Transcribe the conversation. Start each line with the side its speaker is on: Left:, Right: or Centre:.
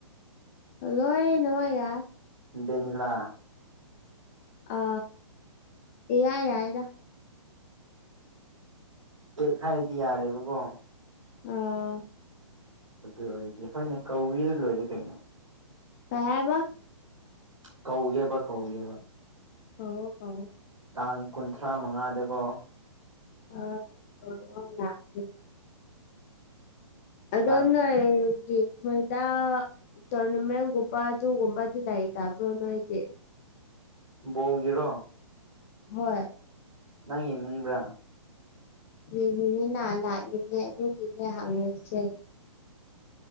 Left: ꯂꯣꯏꯅꯃꯛ ꯌꯥꯏ
Right: ꯕꯦꯅꯤꯂꯥ
Left: ꯑ ꯏꯌꯥ ꯌꯥꯏꯗ
Right: ꯀꯦꯛ ꯍꯥꯏꯔꯗꯤ ꯌꯥꯔꯦꯕꯀꯣ
Left: ꯑꯥ
Right: ꯑꯗꯨ ꯑꯣꯏꯔꯗꯤ ꯍꯣꯏꯅꯦ ꯀꯧꯏꯔ ꯂꯣꯏꯔꯦ ꯀꯩꯅꯣ
Left: ꯀꯩ ꯍꯥꯏꯕ
Right: ꯀꯧꯒꯦꯕ ꯀꯧꯒꯦꯕ
Left: ꯀꯧꯑꯣ ꯀꯧꯑꯣ
Right: ꯇꯥꯡ ꯀꯨꯟꯊ꯭ꯔꯥ ꯃꯉꯥꯗꯕꯣ
Left: <unintelligible> ꯑꯗꯣ
Right: ꯇꯥꯡ
Left: ꯅꯣꯏꯒꯤ ꯍꯣꯏꯗ ꯇꯣꯔꯅꯃꯦꯟꯒꯨꯝꯕ ꯑꯗꯨꯒꯨꯝꯕꯗꯤ ꯂꯩꯇꯕ꯭ꯔꯣ ꯅꯣꯏꯒꯤ
Right: ꯕꯣꯜꯒꯤꯔꯣ
Left: ꯍꯣꯏ
Right: ꯅꯪ ꯌꯦꯡꯅꯤꯡꯕ꯭ꯔꯥ
Left: ꯌꯦꯡꯅꯤꯡꯉꯤꯅ ꯂꯥꯛꯅꯤꯡꯌꯦ ꯑꯗꯨꯒꯤꯅꯦ ꯍꯪꯉꯤꯁꯦ